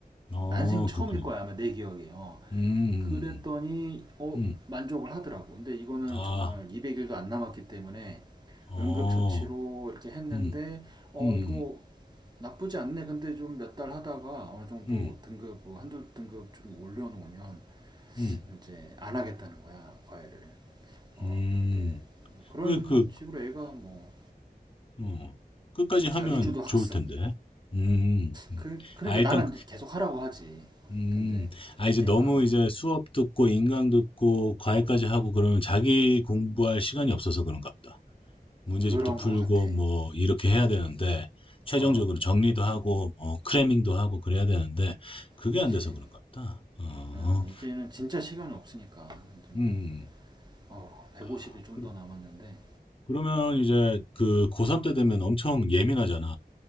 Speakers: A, on the left; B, on the right.
A: 응. 어,
B: 난생 처음일
A: 그렇군요.
B: 거야 아마 내 기억에. 어.
A: 음,
B: 그랬더니 어
A: 음,
B: 만족을 하더라고. 근데 이거는
A: 아,
B: 정말 200일도 안 남았기 때문에
A: 어,
B: 응급처치로 이렇게 했는데
A: 음,
B: 어
A: 음,
B: 이거 나쁘지 않네. 근데 좀 몇 달 하다가 어느 정도
A: 음,
B: 등급 뭐 한두 등급 좀 올려놓으면
A: 음,
B: 이제 안 하겠다는 거야 과외를. 어
A: 음.
B: 근데 뭐 그런
A: 왜 그,
B: 식으로 애가 뭐
A: 어, 끝까지 하면
B: 자기주도 학습.
A: 좋을 텐데. 음, 음.
B: 그 그러니까
A: 아, 일단
B: 나는 계속 하라고 하지.
A: 음,
B: 근데
A: 아, 이제
B: 애가
A: 너무 이제 수업 듣고 인강 듣고 과외까지 하고 그러면 자기 공부할 시간이 없어서 그런가 보다. 문제집도
B: 그런
A: 풀고
B: 거 같아.
A: 뭐 이렇게 해야 되는데 최종적으로
B: 어
A: 정리도 하고 어, 크래밍도 하고 그래야 되는데 그게
B: 그렇지.
A: 안 돼서 그런가 보다. 어,
B: 음, 이제는 진짜 시간이 없으니까 이제 뭐
A: 음.
B: 어, 150일
A: 아,
B: 좀
A: 그,
B: 더 남았는데
A: 그러면 이제 그 고3 때 되면 엄청 예민하잖아.